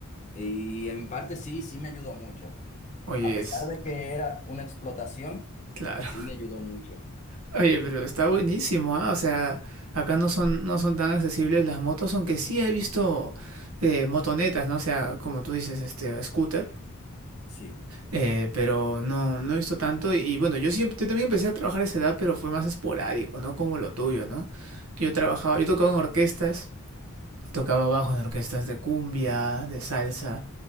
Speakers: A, on the left; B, on the right.
A: Y en parte sí, sí me ayudó mucho.
B: Oye,
A: A pesar
B: es
A: de que era una explotación,
B: claro.
A: sí me ayudó mucho.
B: <laughs> Oye, pero está buenísimo, ¿ah? O sea, acá no son, no son tan accesibles las motos, aunque sí he visto eh, motonetas, ¿no? O sea, como tú dices, este, scooter.
A: Sí,
B: Eh, pero no, no he visto tanto. Y, y bueno, yo siempre, yo también empecé a trabajar a esa edad, pero fue más esporádico, no como lo tuyo, ¿no? Yo trabajaba, yo tocaba en orquestas, tocaba bajo en orquestas de cumbia, de salsa,